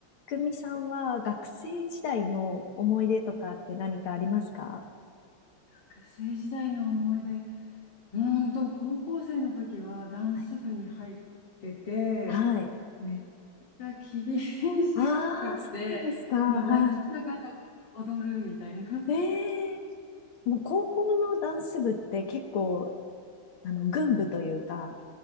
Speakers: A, on the left; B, on the left.
A: くみさんは学生時代の思い出とかって何かありますか
B: 学生時代の思い出、うーんと、高校生の時はダンス部に入ってて、
A: はいはい。
B: めちゃくちゃ厳しくて、
A: ああ、そうなんですか。は
B: もう泣きながら踊るみたいな。
A: い。ええでもう高校のダンス部って結構、あの、群舞というか、